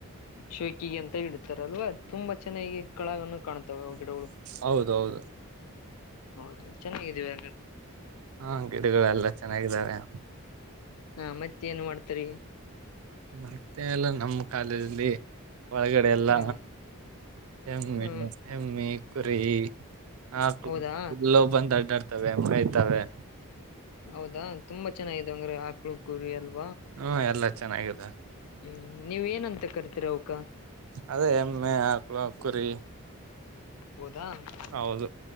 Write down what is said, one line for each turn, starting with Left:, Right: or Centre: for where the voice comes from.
Left: ಶೋಕಿಗೆ ಅಂತ ಇಡ್ತಾರಲ್ವಾ. ತುಂಬಾ ಚೆನ್ನಾಗಿ ಕಳಗನು ಕಾಣ್ತವೆ ಅವು ಗಿಡಗಳು.
Right: ಹೌದೌದು
Left: ಹೌದು ಚೆನ್ನಾಗಿದ್ದೀವಿಡೆ.
Right: ಹಾ ಗಿಡಗಳು ಎಲ್ಲ ಚೆನ್ನಾಗಿದಾವೆ. <inaudible>
Left: ಹಾ ಮತ್ತೆ ಏನ್ ಮಾಡ್ತರ ಈಗ
Right: ಮತ್ತೆ ಅಲ್ಲ ನಮ್ಮ್ ಕಾಲೇಜಲ್ಲಿ. ಒಳಗಡೆ ಎಲ್ಲ
Left: ಹ್ಮ್
Right: ಎಮ್ಮೆ
Left: ಹ್ಮ್
Right: ಎಮ್ಮೆ. ಕುರಿ. ಹಾ
Left: ಹೌದಾ
Right: ಎಲ್ಲವೂ ಬಂದು ಅಡ್ಡಾಡತವೇ. ಅಡ್ಡಾಡ್ತವೆ ಮೇಯತವೇ.
Left: ಹೌದಾ ತುಂಬಾ ಚೆನ್ನಾಗಿದೆ ಹಂಗಾರೆ ಆಕಳು ಕುರಿ ಎಲ್ಲಾ
Right: ಹ್ಮ ಎಲ್ಲಾ. ಚೆನ್ನಾಗಿದೆ.
Left: ಹ್ಮ ನೀವ್ ಏನಂತ ಕರ್ತೀರ ಅವಕ್ಕ.
Right: ಅದೇ ಎಮ್ಮೆ ಆಕಳ ಕುರಿ.
Left: ಹೌದಾ ಅವುಕ್.
Right: ಹೌದು